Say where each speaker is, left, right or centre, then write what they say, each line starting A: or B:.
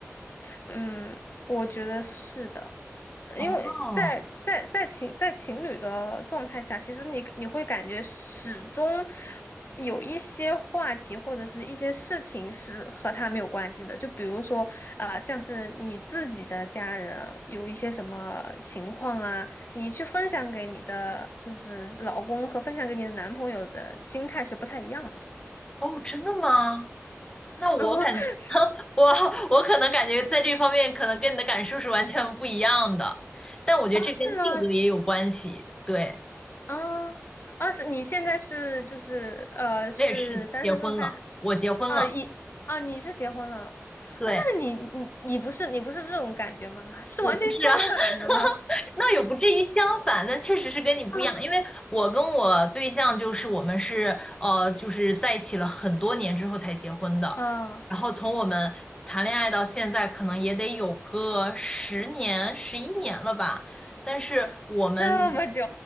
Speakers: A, on the left (about 50°); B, on the left (about 20°).
A: 嗯，我觉得是的。因为在在在情在情侣的状态下，
B: 哦，
A: 其实你你会感觉始终有一些话题或者是一些事情是和他没有关系的。就比如说，呃，像是你自己的家人有一些什么情况啊，你去分享给你的就是老公和分享给你的男朋友的心态是不太一样的，
B: 哦，真的吗？那我感，
A: <laughs>
B: 我 <laughs> 我可能感觉在这方面可能跟你的感受是完全不一样的，但我觉得这跟性格也有关系。
A: 是吗？
B: 对，
A: 啊啊，是你现在是就是呃是单身状态还
B: 我也是结婚了，我结婚了，
A: 啊你啊你是结婚了啊，
B: 对。
A: 但是你你你不是你不是这种感觉吗？<laughs> 是完全相反的吗？
B: 我不是啊，<laughs> 那也不至于相反，但确实是跟你不一样，
A: <laughs>
B: 因为我跟我对象就是我们是呃，就是在一起了很多年之后才结婚的，
A: 啊啊，
B: 然后从我们谈恋爱到现在，可能也得有个十年、十一年了吧，但是我们
A: 这么久，